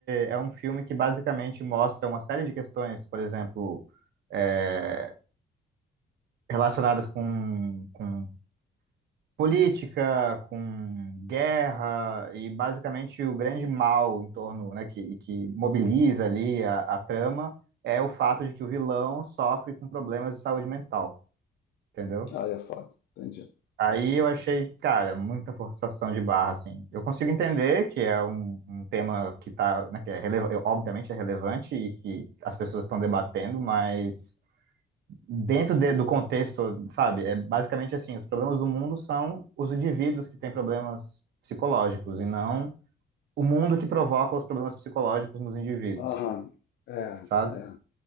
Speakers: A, on the right; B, on the left.
A: é um filme que basicamente mostra uma série de questões, por exemplo, é, relacionadas com, com política, com guerra e basicamente o grande mal em torno, né, que, que mobiliza ali a, a trama é o fato de que o vilão sofre com problemas de saúde mental, entendeu?
B: Ah, é foda. Entendi.
A: Aí eu achei, cara, muita forçação de barra, assim. Eu consigo entender que é um, um tema que tá, né, que é rele- obviamente é relevante e que as pessoas estão debatendo, mas dentro de- do contexto, sabe? É basicamente assim, os problemas do mundo são os indivíduos que têm problemas psicológicos e não o mundo que provoca os problemas psicológicos nos indivíduos,
B: Aham. É,
A: sabe?
B: é.